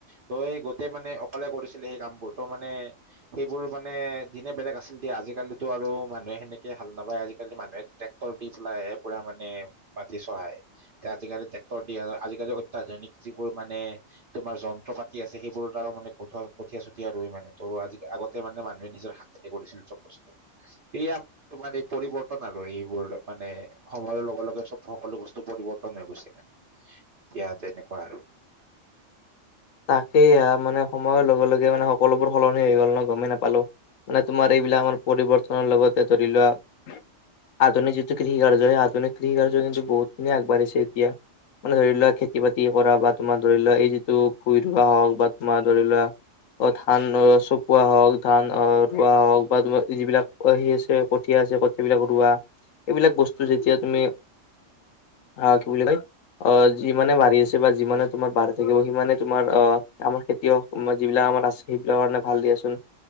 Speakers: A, on the right; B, on the left.
A: ত' এই গোটেই মানে অকলে কৰিছিলে সেই কামবোৰ ত' মানে - সেইবোৰ মানে দিনে বেলেগ আছিল দিয়া আজিকালি - তো আৰু মানুহে সেনেকে হাল নাবাই, আজিকালি তো মানুহে ট্ৰেক্টৰ দি পেলাইহে পুৰা মানে - মাটি চহাই, এতিয়া আজিকালি ট্ৰেক্টৰ দিয়ে আজিকালি অত্যাধুনিক যিবোৰ মানে - তোমাৰ যন্ত্ৰ পাতি আছে সেইবোৰৰ দ্বাৰা মানে পথাৰত কঠোৱা কঠীয়া চঠীয়া ৰুই মানে ত' আজি আগতে মানে মানুহে নিজৰ হাতে - সেইবোৰ দিছিল চব বস্তু, এইয়াৰ তোমাৰ এই পৰিৱৰ্তন আৰু এইবোৰ মানে - সময়ৰ লগে লগে চব সকলো বস্তু পৰিবৰ্তন হৈ গৈছে মানে এতিয়া তেনেকুৱা আৰু -
B: তাকেই এইয়া মানে সময়ৰ লগে লগে মানে সকলোবোৰ সলনি হৈ গ'ল ন' গমেই নেপালো। মানে তোমাৰ এইবিলাক পৰিৱৰ্তনৰ লগতে ধৰি লোৱা আধুনিক যিটো কৃষি কাৰ্য হয়, সেই আধুনিক কৃষি কাৰ্য কিন্তু বহুতখিনি আগবঢ়িছে এতিয়া - মানে ধৰি লোৱা খেতি বাতি কৰা বা তোমাৰ ধৰি লোৱা এই যিটো ভুই ৰোৱা হওক বা তোমাৰ ধৰি লোৱা - ধান চপোৱা হওক ধান ৰোৱা হওক বা তোমাৰ যিবিলাক - আহি আছে কঠীয়া আছে কঠিয়া বিলাক ৰুৱা এইবিলাক বস্তু যেতিয়া তুমি - হা কি বুলি কয় অ, 'যিমানে বাঢ়ি আছে বা যিমানে তোমাৰ বাঢ়ি থাকিব সিমানে - তোমাৰ অ, 'আমাৰ খেতিয়ক যিবিলাক আমাৰ আছে সেইবিলাকৰ কাৰণে ভাল দিয়াচোন।